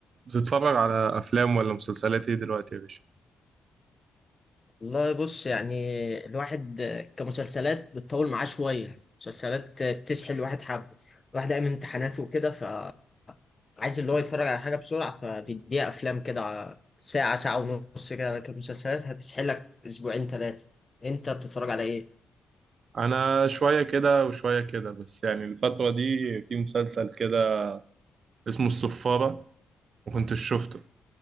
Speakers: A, on the right; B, on the left.
A: بتتفرج على افلام ولا مسلسلات ايه دلوقتي يا باشا
B: والله بص يعني الواحد كمسلسلات بتطول معاه شوية مسلسلات بتسحل الواحد حبة الواحد قايم من امتحاناته وكده فعايز اللي هو يتفرج على حاجة بسرعة فبيديها أفلام كده على ساعة ساعة ونص كده لكن المسلسلات هتسحلك أسبوعين ثلاثة أنت بتتفرج على إيه؟
A: انا شويه كده وشويه كده بس يعني الفتره دي في مسلسل كده اسمه الصفاره وكنت شفته